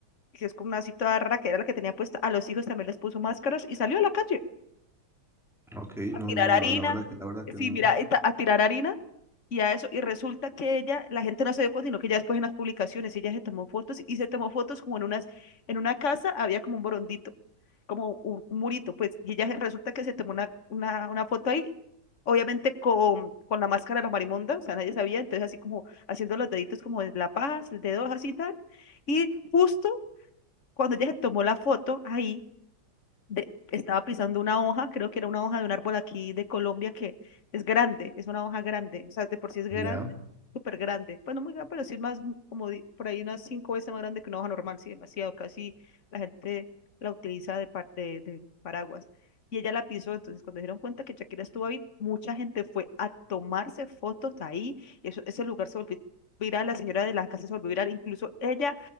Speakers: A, on the left (about 40°); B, in the centre.
A: que es como una así toda rara que era la que tenía puesta. A los hijos también les puso máscaras y salió a la calle
B: Ok,
A: a
B: no,
A: tirar
B: no,
A: harina.
B: la, la verdad que, la verdad que
A: Sí,
B: no.
A: mira, y ta- a tirar harina y a eso, y resulta que ella, la gente no se dio cuenta, sino que ya después en las publicaciones ella se tomó fotos y se tomó fotos como en unas, en una casa había como un borondito, como un, un murito, pues, y ella se- resulta que se tomó una, una, una foto ahí, obviamente con, con la máscara de la marimonda, o sea, nadie sabía, entonces así como haciendo los deditos como de la paja, el dedo así tal, y justo cuando ella se tomó la foto ahí, de- estaba pisando una hoja, creo que era una hoja de un árbol aquí de Colombia que es grande, es una hoja grande, o sea, de por sí es grande,
B: Ya,
A: súper grande. Bueno, muy grande, pero sí es más, mm, como di- por ahí unas cinco veces más grande que una hoja normal, sí, demasiado, casi la gente la utiliza de, par- de, de paraguas. Y ella la pisó, entonces cuando se dieron cuenta que Shakira estuvo ahí, mucha gente fue a tomarse fotos ahí, eso, ese lugar se volvió viral, la señora de las casas se volvió viral, incluso ella...